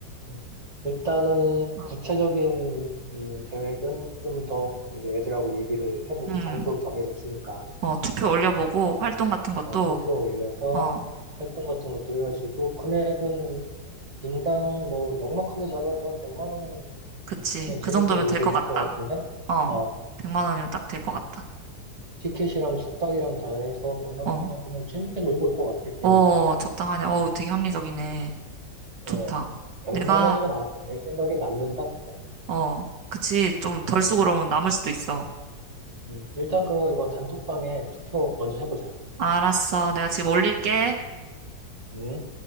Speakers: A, on the right; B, on the right.
A: 음. 일단은
B: <laughs>
A: 구체적인 음, 계획은 좀 더 이제 애들하고 얘기를 해보고
B: 음,
A: 장소 정해졌으니까
B: 어, 투표 올려보고 활동 같은 것도,
A: 어, 투표 올려서
B: 어,
A: 활동 같은 것도 해가지고 금액은 인당 뭐 넉넉하게 잡아도 한 100만 원이면
B: 그치.
A: 그냥 재밌게
B: 그 정도면
A: 놀고
B: 될 것
A: 올
B: 같다.
A: 것 같은데
B: 어,
A: 어
B: 100만 원이면 딱 될 것 같다.
A: 티켓이랑 숙박이랑 다 해서 100만
B: 어,
A: 원이면 그냥 재밌게 놀고 올 것 같아 개인당
B: 어, 적당하네. 어, 되게 합리적이네. 좋다.
A: 어 100만
B: 내가,
A: 원이면 아, 내 생각에 남는다 그거
B: 어, 그치. 좀 덜
A: 어
B: 쓰고 그러면 남을 수도 있어.
A: 음, 일단 그거 이거 단톡방에 투표 먼저 해보자
B: 알았어. 내가 지금 올릴게.
A: 음